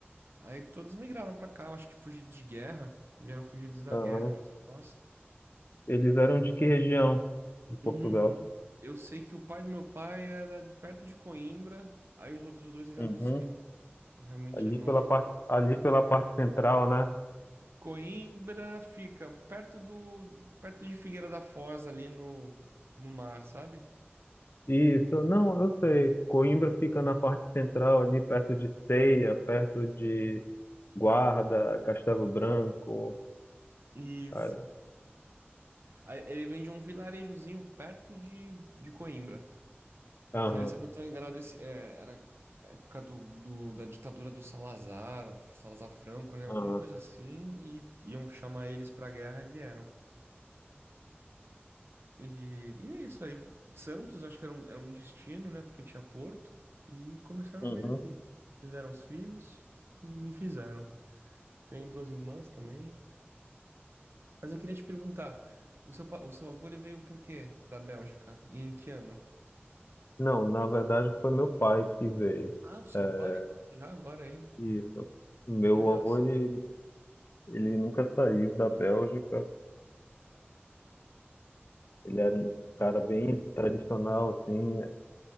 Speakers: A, on the right (about 65°); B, on the left (about 60°).
A: Aí todos migraram pra cá, eu acho que fugidos de guerra, vieram fugidos da
B: aham.
A: guerra, meus avós.
B: Eles eram de que região de
A: Hum,
B: Portugal?
A: eu sei que o pai do meu pai era perto de Coimbra, aí os outros dois eu já
B: Uhum.
A: não sei. Eu realmente
B: Ali
A: já não.
B: pela
A: <laughs>
B: parte, ali pela parte central, né?
A: Coimbra fica perto do, perto de Figueira da Foz ali no, no mar, sabe?
B: Isso, não, eu sei. Coimbra fica na parte central, ali perto de Ceia, perto de Guarda, Castelo Branco.
A: Isso.
B: Ah,
A: Aí ele vem de um vilarejozinho perto de, de Coimbra.
B: Aham,
A: Se daí, se eu não estou enganado, esse, é, era a época do, do- da ditadura do Salazar, Salazar Franco, né? Alguma
B: aham,
A: coisa assim, e iam chamar eles pra guerra e vieram. E, e é isso aí. Santos, acho que era um, era um destino, né? Porque tinha Porto. E começaram
B: uhum.
A: a vida aqui. Fizeram os filhos e me fizeram. Tenho duas irmãs também. Mas eu queria te perguntar: o seu, pa- o seu avô ele veio por quê da Bélgica? E em que ano?
B: Não, na verdade foi meu pai que veio.
A: Ah, o seu
B: É,
A: pai, nossa, já agora aí.
B: Isso. Meu
A: Uma geração.
B: avô, ele, ele nunca saiu da Bélgica. Ele era um cara bem tradicional, assim.